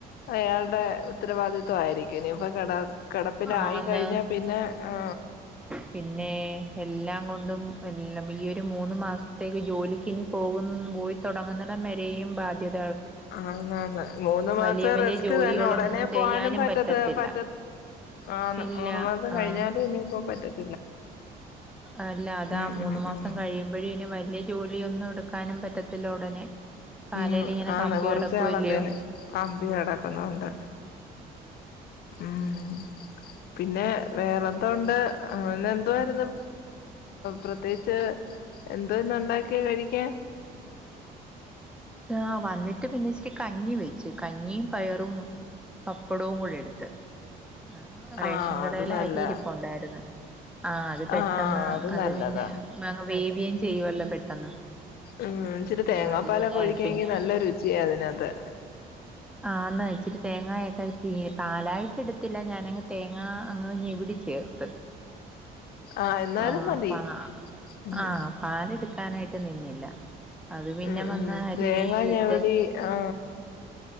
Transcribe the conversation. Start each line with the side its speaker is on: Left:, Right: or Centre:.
Left: അയാളുടെ ഉത്തരവാദിത്വം ആയിരിക്കും ഇനി ഇപ്പൊ കട കിടപ്പിലായി
Centre: ആന്ന്
Left: കഴിഞ്ഞ പിന്നെ ആ
Centre: പിന്നെ എല്ലാം കൊണ്ടും ഈ ഒരു മൂന്ന് മാസത്തേക്ക് ജോലിക്കിനി പോവു പോയിത്തുടങ്ങുന്നിടംവരെയും ബാധ്യത
Left: ആന്നാന്ന് മൂന്ന് മാസം
Centre: വലിയ വലിയ
Left: റെസ്റ്റ്
Centre: ജോലികളൊന്നും
Left: തന്നെ ഉടനെ
Centre: ചെയ്യാനും
Left: പോകാനും പറ്റത്
Centre: പറ്റത്തില്ല
Left: പറ്റ ആന്ന്
Centre: ഇല്ല
Left: മൂന്ന് മാസം
Centre: ആഹ്
Left: കഴിഞ്ഞാലും ഇനിപ്പോ പറ്റത്ത
Centre: അല്ല അതാ
Left: ഉം
Centre: മൂന്ന
Left: ഉം
Centre: മാസം
Left: ഉം
Centre: കഴിയുമ്പോഴേ വലിയ ജോലിയൊന്നും എടുക്കാനും പറ്റത്തില്ല ഉടനെ കാലേൽ
Left: ഉം
Centre: ഇങ്ങനെ
Left: ആന്ന്
Centre: കമ്പി
Left: കൊറച്ചാളത്തേന്
Centre: കിടക്കുവല്ലയോ
Left: കമ്പി കിടക്കുന്നണ്ട് ഉം പിന്നെ വേറെന്തോണ്ട് എന്തോയിരുന്നു പ്രത്യേകിച്ച് എന്തോ ഇന്ന് ഉണ്ടാക്കി കഴിക്കാൻ
Centre: ആ വന്നിട്ട് പിന്നെ ഇച്ചരി കഞ്ഞി വെച്ചു കഞ്ഞിയും പയറും പപ്പടവും കൂടി എടുത്ത് ആ റേഷൻ
Left: ആഹ്
Centre: കടയിലെ
Left: അത് നല്ലയാ
Centre: അരി ഇരിപ്പുണ്ടായിരുന്ന് ആ അത് പെട്ടെന്ന്
Left: ആഹ്
Centre: അത്
Left: നല്ലതാ
Centre: പിന്നെ വേവിയൻ ചെയ്യുവല്ല പെട്ടെന്ന്
Left: ആ ഇച്ചിരി തേങ്ങാപ്പാല
Centre: ആഹ് അത് പിന്നെ
Left: ഒഴിക്കാങ്കി
Centre: പിന്നെ
Left: നല്ല രുചിയ അതിനകത്ത്
Centre: ആ എന്നാ ഇച്ചിരി തേങ്ങയക്കെ പി പാലായിട്ട് എടുത്തില്ല ഞാനങ്ങ് തേങ്ങ അങ്ങ് ഞെവിടി ചേർത്ത്
Left: ആഹ് എന്നാലും
Centre: ആ
Left: മതി
Centre: പ
Left: ഉം
Centre: ആ പാലെടുക്കാനായിട്ട് ഇട്ട് നിന്നില്ല അത് പിന്നെ
Left: ഉം
Centre: വന്ന്
Left: ഉം
Centre: അരി
Left: തേങ്ങ
Centre: കഴുകിയിട്ട്
Left: ഞെവടി ആ